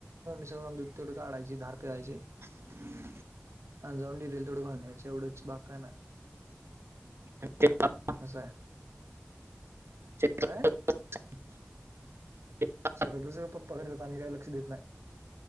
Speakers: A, on the right (about 85°); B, on the right (about 65°).
A: सगळं आम्ही दूध तेवडं काढायची, धार पेरायची
B: <inaudible>
A: आज जावून डेअरिला तेवढ घालून यायचयं एवढंच बाकि काय नाई.
B: <unintelligible>
A: असं आहे.
B: <unintelligible>
A: काय शेतातलं सगळ करतात आम्ही काय लक्ष देत नाही.